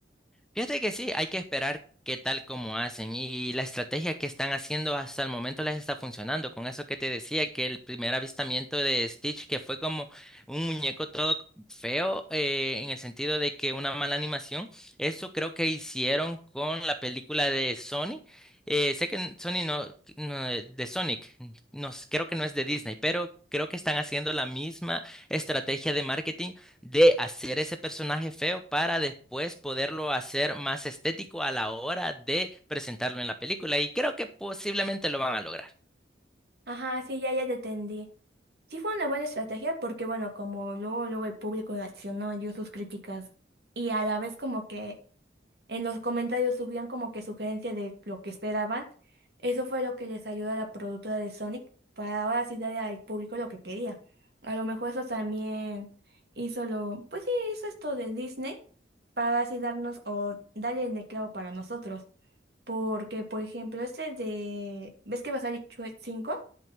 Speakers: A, in the centre; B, on the right.
A: Fíjate que sí, hay que esperar qué tal como hacen y la estrategia que están haciendo hasta el momento les está funcionando. Con eso que te decía, que el primer avistamiento de Stitch, que fue como un muñeco todo feo, eh, en el sentido de que una mala animación, eso creo que hicieron con la película de Sony. Eh, sé que Sony no, no, eh, de Sonic, no, creo que no es de Disney, pero creo que están haciendo la misma estrategia de marketing de hacer ese personaje feo para después poderlo hacer más estético a la hora de presentarlo en la película. Y creo que posiblemente lo van a lograr.
B: Ajá, sí, ya, ya te entendí. Sí fue una buena estrategia porque, bueno, como luego, luego el público reaccionó y dio sus críticas. Y a la vez como que En los comentarios subían como que sugerencias de lo que esperaban. Eso fue lo que les ayudó a la productora de Sonic para ahora sí darle al público lo que quería. A lo mejor eso también hizo lo, pues sí, hizo esto de Disney para así darnos o darle el clavo para nosotros. Porque, por ejemplo, este de, ¿ves que va a salir Shrek 5?